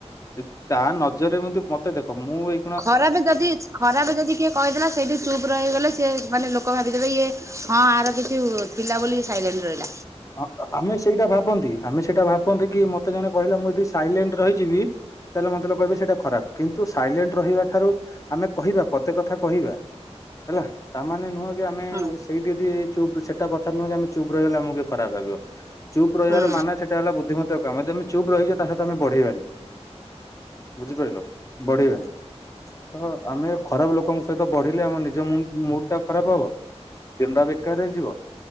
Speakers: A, on the left; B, on the right.
A: ଯଦି ତା ନଜରରେ ମଧ୍ୟ ମୋତେ ଦେଖ ମୁଁ ଏଇ।
B: ଖରାପେ ଯଦି ଖରାପେ ଯଦି କିଏ। କହିଥିଲା ସେଇଠି ଚୁପ ରହିଗଲେ ସିଏ ମାନେ ଲୋକ ଭାବିଦେବେ ଇଏ ହଁ ଆର କିଛି ଥିଲା ବୋଲି ଇଏ ସାଇଲେଣ୍ଟ ରହିଲା।
A: ହଁ ଆମେ ସେଇଟା ଭାବନ୍ତି ଆମେ ସେଇଟା ଭାବନ୍ତି କି ମୋତେ ଜଣେ କହିଲା ମୁଁ ଯଦି ସାଇଲେଣ୍ଟ ରହିଯିବି। ତାହେଲେ, ମତେ ଲୋକ କହିବେ, ସେଇଟା ଖରାପ। କିନ୍ତୁ, ସାଇଲେଣ୍ଟ ରହିବା ଠାରୁ ଆମେ କହିବା, ପଦେ କଥା କହିବା। ହେଲା, ତାମାନେ ନୁହଁ କି, ଆମେ
B: ହୁଁ
A: ସେଇଠି ଯଦି ଏଇ ଚୁପ୍, ସେଟା କଥା ନୁହେଁ କି, ଆମେ ଚୁପ୍ ରହିଗଲେ, ଆମକୁ କିଏ। ଖରାପ ଭାବିବ। ଚୁପ୍ ରହିବାର
B: ହୁଁ।
A: ମାନେ, ସେଇଟା ହେଲା ବୁଦ୍ଧିମତାର କାମ ଯଦି ଆମେ ଚୁପ୍ ରହିଜିବା, ତା ସହିତ ଆମେ ବଢିବାନି। ବୁଝିପାଇଲ ବଢ଼ିବାନି। ତ, ଆମେ ଖରାପ ଲୋକଙ୍କ ସହିତ ବଢିଲେ, ଆମ ନିଜ ମୁଣ୍ଡ୍ ମୁଡ଼ ଟା ଖରାପ ହବ। ଦିନଟା ବେକାର ରେ ଯିବ।